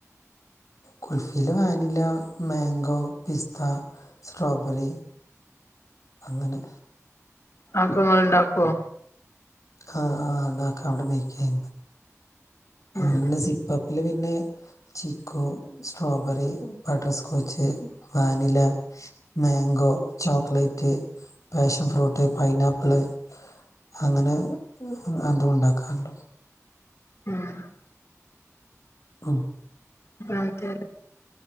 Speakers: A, on the left (about 85°); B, on the left (about 55°).
A: കുൽഫിൽ വാനില മാങ്കോ പിസ്ത സ്ട്രോബെറി അങ്ങനെ
B: അതൊക്കെ ഇങ്ങള് ഇണ്ടാക്കോ
A: ആഹ് ആഹ് അതാക്കാം അവിടെ മെയ്ക്ക് ചെയ്യുന്നു അതുപിന്നെ
B: ഉം
A: സിപ്പപ്പില് പിന്നെ chikoo strawberry butterscotch vanilla mango ചോ ചോക്ലേറ്റ് പാഷൻ ഫ്രൂട്ട് പൈനാപ്പിള് അങ്ങനെ അതും ഉണ്ടാക്കാറുണ്ട്
B: ആഹ്
A: ഉം
B: അതേ അതെ